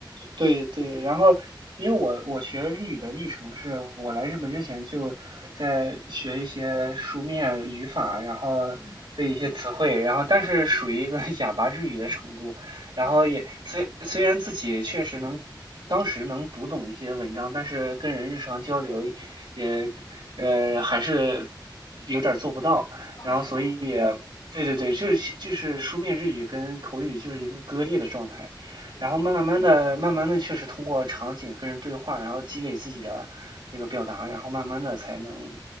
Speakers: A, on the right; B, on the left.
A: 对对，然后因为我我学日语的历程是，我来日本之前就在学一些书面语法，然后背一些词汇，
B: 嗯，
A: 然后但是属于一个 <laughs> 哑巴日语的程度，然后也虽虽然自己确实能当时能读懂一些文章，
B: 对，
A: 但是跟人日常交流也呃还是有点儿做不到，
B: 哦，
A: 然后所以也对对对，
B: 是的，
A: 就是就是书面日语跟口语就是一个割裂的状态。
B: 对。
A: 然后慢慢的、慢慢的，确实通过场景跟人对话，然后积累自己的这个表达，然后慢慢的才能